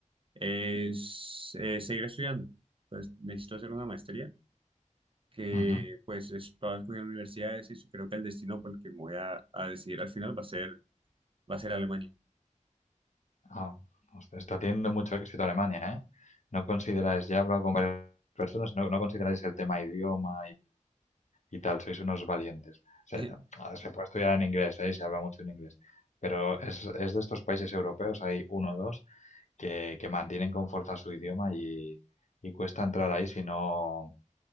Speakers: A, on the right; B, on the left.
A: es eh, seguir estudiando. Pues necesito hacer una maestría que
B: ujú.
A: pues estaba estudiando en universidades y creo que el destino por el que me voy a, a decidir al final va a ser, va a ser Alemania.
B: Ah, hostia, está teniendo mucho éxito Alemania, ¿eh? ¿No consideráis, ya he hablado con varias personas, no, no consideráis el tema idioma y tal, sois unos valientes. Se,
A: <laughs>
B: a- se puede estudiar en inglés, ¿eh? y se habla mucho en inglés, pero es, es de estos países europeos, hay uno o dos, que, que mantienen con fuerza su idioma y, y cuesta entrar ahí si no,